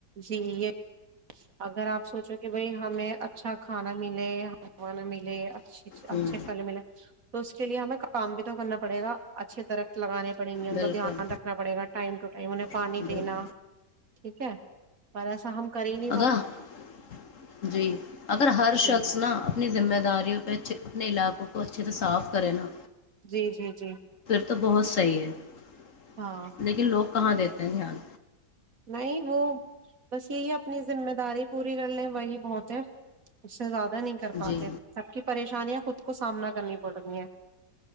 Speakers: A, on the right; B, on the left.
A: جی یہ اگر آپ سوچو کہ بھائی ہمیں اچھا کھانا ملے ہانا ملے <unintelligible> اچ اچھے
B: ہوں
A: کل ملا <unintelligible> تو اس کے لیے ہمیں کام بھی تو کرنا پڑے گا اچھے درخت لگانے پڑیں گے ان
B: بالکل
A: کا دھیان رکھنا پڑے گا ٹائم ٹو ٹائم انہیں پانی
B: بالکل
A: دینا ٹھیک ہے پر ایسا ہم کریں <unintelligible>
B: اگر جی اگر ہر
A: ہ
B: شخص نا اپنی <unintelligible> ذمہ داریوں پہ اچھے اپنے علاقوں کو اچھے سے صاف کرینا
A: جی جی جی <unintelligible>
B: تو بہت صحیح ہے <unintelligible>
A: ہاں
B: لیکن لوگ <unintelligible> کہاں دیتے ہیں دھیان
A: نہیں وہ بس یہی اپنی ذمہ داری پوری کر لیں وہی بہت ہے اس سے زیادہ نہیں کر پاتے
B: جی
A: سب کی پریشانی <unintelligible> پریشانیاں خود کو سامنا کرنی پڑ رہی ہیں